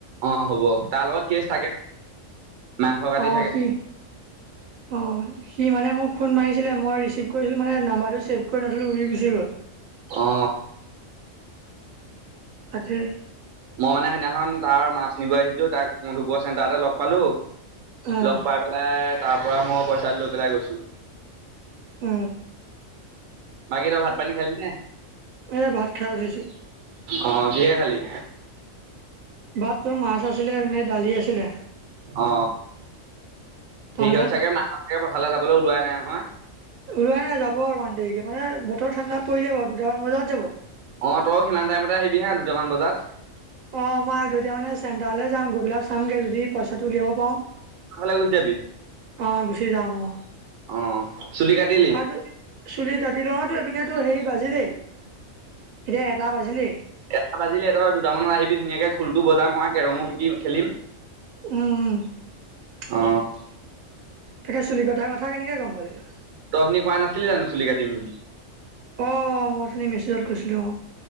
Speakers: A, on the right; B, on the right.
A: অ হ'ব তাৰ লগত কেছ থাকে। মাংস কাটি
B: অ
A: থাকে
B: সি অ সি মানে মোক ফোন মাৰিছিলে মই ৰিচি কৰিছিলোঁ মানে নাম্বাৰটো ছেভ কৰি নথলো উৰি গুচি গ'ল
A: অ
B: তাকে
A: মই মানে সেইদিনাখন তাৰ মাত আহিছিলো তাক মধুপৰ চেণ্টাৰতে লগ পালো
B: অঁ
A: লগ পাই পেলাই তাৰ পৰা মই পইচাটো লৈ পেলাই গৈছোঁ।
B: উ
A: বাকি তই ভাত পানী খালি নে?
B: এই ভাত খাই উঠিছো।
A: অ কিহে খালী?
B: ভাত তো মাছ আছিলে এনে দালি আছিলে।
A: অ
B: তহঁতৰ
A: সেইহঁত চাগে পথাললৈ যাবলৈ ওলোৱাই নাই নহয়
B: ওলোৱাই নাই যাব অকণমান দেৰিকে মানে বতৰ ঠাণ্ডা পৰিলে বাৰু দুটামান বজাত যাব
A: অ তই সিমান টাইমতে আহিবি হা দুটামান বজাত।
B: অ মই আগতিয়াকে মানে চেণ্টাৰলৈ যাম গৈ পেলাই চামগৈ যদি পইচাটো উলিয়াব পাওঁ।
A: ফালে গুচি যাবি
B: অ গুচি যাম অ।
A: অ চুলি কাটিলি
B: আৰু চুলি কাটি লওঁ তো এইপিনে তো হেৰি বাজিলেই এতিয়া এটা বাজিলেই
A: এটা বাজিলে ধৰ দুটামানত আহিবি ধুনীয়াকে খুলটো বজাম মই কেৰমো শিকিম, খেলিম।
B: উম তাকে
A: অ
B: চুলি কটাৰ কথা কেনৈকে গম পালি তই।
A: তই অথনি কোৱা নাছিলি জানো চুলি কাতিম বুলি
B: অঁ মই অথনি মেছেজত কৈছিলোঁ অ